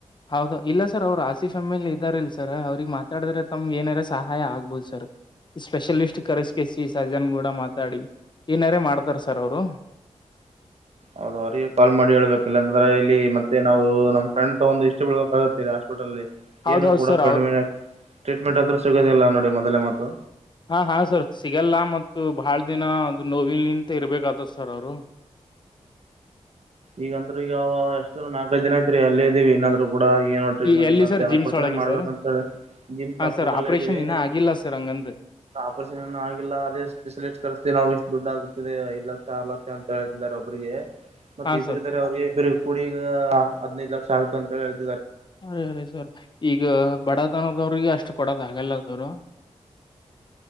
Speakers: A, on the left; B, on the right.
A: ಹೌದು ಇಲ್ಲ ಸರ್ ಅವ್ರು ಆಸಿ ಫ್ಯಾಮಿಲಿ ಇದ್ದಾರೆ ಇಲ್ ಸರ ಅವ್ರಗ್ ಮಾತಾಡಿದ್ರೆ ತಮ್ಗೆ ಏನಾರ ಸಹಾಯ ಆಗ್ಬೋದು ಸರ್. ಸ್ಪೆಷಲಿಸ್ಟ್ ಕರೆಸಕಸಿ ಸಜಾನ್ ಗೂಡ ಮ ಮಾತಾಡಿ ಏನಾರ ಮಾಡ್ತಾರ ಸರ್ ಅವರು.
B: ಹೌದು ಅವರಿಗೆ ಕಾಲ್ ಮಾಡಿ ಹೇಬೇಕಿಲ್ಲ ಅಂತಂದ್ರೆ ಇಲ್ಲಿ ಮತ್ತೆ ನಾವು ನಮ್ಮ ಫ್ರೆಂಡ್ ತಗ ಒಂದು ಇಷ್ಟ ಬಳ್ ಆಗುತ್ತೆ ಹಾಸ್ಪಿಟಲಲ್ಲಿ.
A: ಹೌದೌದು
B: ಏನು ಕೂಡ
A: ಸರ್
B: ಕಡಿಮೆ
A: ಅವ್
B: ಟ್ರೀಟ್ಮೆಂಟ್ ಅಂದ್ರೂ ಸಿಗೋದಿಲ್ಲ ನೋಡಿ ಮೊದಲೇ ಮಾತು
A: ಹಾ ಹಾ ಸರ್ ಸಿಗಲ್ಲ ಮತ್ತು ಬಹಳ ದಿನ ಅದು ನೋವಿಲ್ ನಿಂತ ಇರ್ಬೇಕತತ್ ಸರ್ ಅವರು. <inaudible>
B: ಈಗಂದ್ರ ಈಗಾವ ಎಷ್ಟ ನಲ್ಕೈದು ದಿನ ಐತ್ರಿ ಅಲ್ಲೇ ಇದೀವಿ ಇನ್ನಾದ್ರು. ಕೂಡ ಏನೋ ಟ್ರೀಟ್ಮೆಂಟ್
A: ಈ ಎಲ್ಲಿ
B: ಇಲ್ಲ
A: ಸರ್ ಜಿಮ್ಸ್
B: ಆಪರೇಷನ್
A: ಒಳಗೆ
B: ಮಾಡ್ಬೇಕಂತ
A: ಸರ್
B: ಹೇಳಿ ಜಿಮ್ಸ್
A: ಹಾ
B: ಹಾಸ್ಪಿಟಲ್
A: ಸರ್ ಆಪರೇಷನ್
B: ಇದ್ದವಿ.
A: ಇನ್ನ ಆಗಿಲ್ಲ ಸರ್ ಹಂಗಂದ್ರೆ
B: ಆಪ್ರೆಶನ್ ಆಗಿಲ್ಲ ಅದೇ ಸ್ೆಿಸಟ್ ಕರ್ತೀವಿ ನಾವು. ದುಡ್ಡು ಆಗುತ್ತಿದೆ ಐದ್ ಲಕ್ಷ ಆರು ಲಕ್ಷ ಅಂತ ಹೇಳ್ತಿದ್ದಾರೆ ಒಬ್ಬ್ರಿಗೆ ಮತ್ತೆ
A: ಹಾ
B: ಇಬ್ರೀದರೆ
A: ಸರ್
B: <unintelligible> ಕುುಡಿಗ ಹದ್ನೈದು ಲಕ್ಷ ಆಗತು ಅಂತ ಹೇಳ್ತ
A: ಅರಿ ಸರ್ ಈಗ ಬಡತನದವ್ರಿಗೆ ಅಷ್ಟು ಕೊಡದ ಆಗಲ್ಲ ಸರ್.